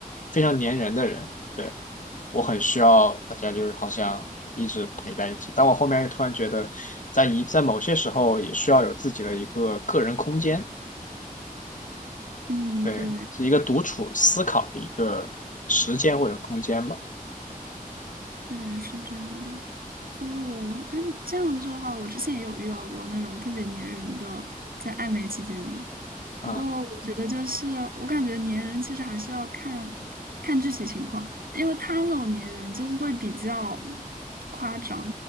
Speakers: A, on the left (about 60°); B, on the right (about 80°).
A: 非常粘人的人，对，我很需要大家就是好像一直陪在一起，但我后面突然觉得在一在某些时候也需要有自己的一个个人空间，
B: 嗯，
A: 对，
B: 对。
A: 是一个独处思考的一个时间或者空间吧，
B: 对，是这样的，所以我，哎，这样子说的话，我之前也有遇到过那种特别粘人的，在暧昧期间的。
A: 啊
B: 不过，我觉得就是，我感觉粘人其实还是要看看具体情况，因为他那种粘人就是会比较夸张，